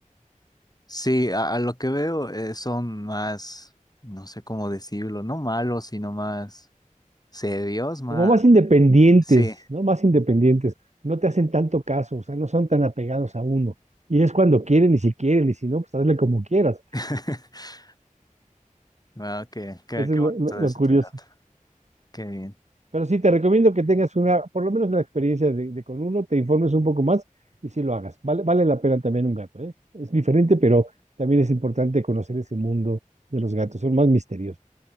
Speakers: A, on the left; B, on the right.
A: Sí, a, a lo que veo eh, son más, no sé cómo decirlo, no malos, sino más serios, más...
B: Como más independientes,
A: Sí.
B: ¿no? Más independientes, no te hacen tanto caso, o sea, no son tan apegados a uno. Y es cuando quieren y si quieren y si no, pues hazle como quieras.
A: <laughs> Ah, qué, qué,
B: Eso
A: qué
B: es
A: bonito
B: lo lo-
A: de
B: lo
A: ese
B: curioso.
A: trato. Qué bien.
B: Pero sí, te recomiendo que tengas una, por lo menos una experiencia de, de con uno, te informes un poco más y sí lo hagas. Vale, vale la pena también un gato, ¿eh? Es diferente, pero también es importante conocer ese mundo de los gatos, son más misteriosos.